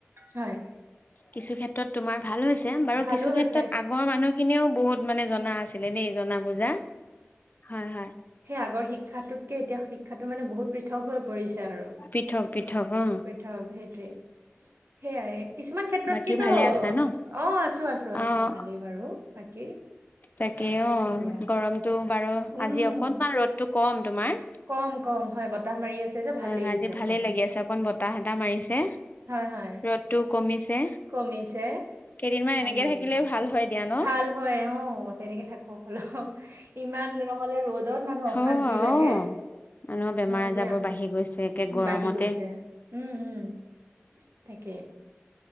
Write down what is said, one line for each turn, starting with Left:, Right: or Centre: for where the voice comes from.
Right: হয়
Left: কিছু ক্ষেত্ৰত তোমাৰ ভাল হৈছে বাৰু
Right: ভালো
Left: কিছু
Right: হৈছে
Left: ক্ষেত্ৰত আগৰ মানুহখিনিয়েও বহুত মানে জনা আছে কেলেনো এইজন না বুজা হয় হয়
Right: সেই আগৰ শিক্ষাটোতকে এতিয়া শিক্ষাটো মানে বহুত পৃথক হৈ পৰিছে আৰু পৃ
Left: পৃথক পৃথক অ
Right: পৃথক সেইটোয়ে সেয়াই কিছুমান ক্ষেত্ৰত
Left: বাকী
Right: ত্ৰত কিন্তু
Left: ভালে আছা ন।
Right: অ আছো আছো
Left: অ',
Right: আছো ভালেই বাৰু বাকী
Left: তাকে
Right: আছো
Left: অ
Right: দিয়া
Left: গৰমটো বাৰু
Right: উম
Left: আজি অকনমান ৰ'দটো কম তোমাৰ
Right: কম কম হয় বতাহ মাৰি আছে যে ভাল
Left: হয়
Right: লাগিছে
Left: হয় আজি
Right: অকমান
Left: ভালেই লাগি আছে অকণ বতাহ এটা মাৰিছে
Right: হয় হয়
Left: ৰ'দটো কমিছে
Right: কমিছে
Left: কেইদিনমান
Right: ভাল
Left: এনেকে
Right: লাগিছে
Left: থাকিলে ভাল হয় দিয়া ন
Right: ভাল হয় অ তেনেকে থাকো অলপ ইমান নহ'লে ৰ'দত মানুহ অশান্তি
Left: অ', অ',
Right: লাগে
Left: মানুহৰ বেমাৰ
Right: হয়
Left: আজাৰবোৰ
Right: দিয়া
Left: বাঢ়ি গৈছে একে গৰমতে
Right: বাঢ়ি গৈছে উম উম তাকেই